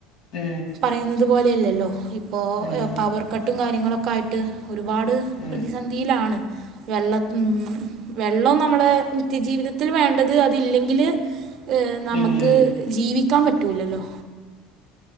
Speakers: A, on the left (about 70°); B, on the right (about 50°).
A: ഉം
B: പറയുന്നത് പോലെയല്ലല്ലോ ഇപ്പോ
A: ഉം
B: പവർ കട്ടും കാര്യങ്ങളൊക്കെ ആയിട്ട് ഒരുപാട്
A: ഉം
B: പ്രെതിന്ധിയിലാണ് വെള്ളത്തിന് ഉം വെള്ളം നമ്മള് നിത്യ ജീവിതത്തിൽ വേണ്ടത് അതില്ലെങ്കില് ഇ ന്നമ്ക്ക്
A: ഉം
B: ജീവിക്കാൻ പറ്റൂലല്ലോ